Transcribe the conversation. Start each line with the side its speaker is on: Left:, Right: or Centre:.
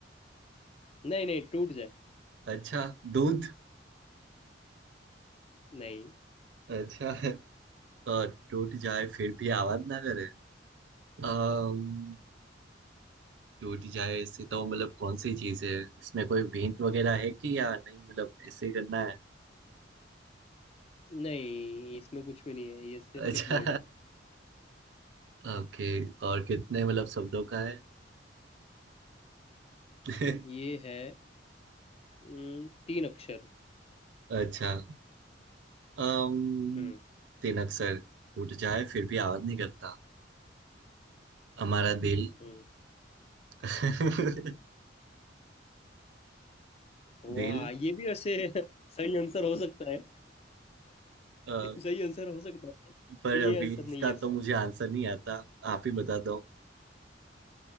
Left: नहीं नहीं टूट जाए
Right: अच्छा दूध
Left: नहीं
Right: अच्छा और टूट जाए फिर भी आवाज ना करे अम्म, टूट जाए ऐसे तो मतलब कौन सी चीज है इसमें कोई हिंट वगैरह है कि या नहीं मतलब ऐसे ही करना है
Left: नहीं इसमें कुछ भी नहीं है ये सिर्फ
Right: अच्छा
Left: एक वर्ड है
Right: ओके और कितने मतलब शब्दों का है <laughs>
Left: ये है हम्म, तीन अक्षर
Right: अच्छा अम्म
Left: हम्म
Right: तीन अक्षर टूट जाए फिर भी आवाज नहीं करता हमारा दिल
Left: हम्म
Right: <laughs>
Left: वाह
Right: दिल
Left: ये भी वैसे <laughs> सही आंसर हो सकता है
Right: अ,
Left: सही आंसर हो सकता है पर
Right: पर
Left: ये
Right: अभी
Left: आंसर
Right: इसका
Left: नहीं है इसका
Right: तो मुझे आंसर नहीं आता आप ही बता दो